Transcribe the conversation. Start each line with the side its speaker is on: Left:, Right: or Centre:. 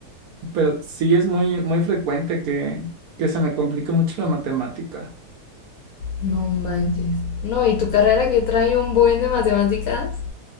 Right: pero sí es muy, muy frecuente que, que se me complique mucho la matemática.
Left: No manches. No, y tu carrera que trae un buen de matemáticas.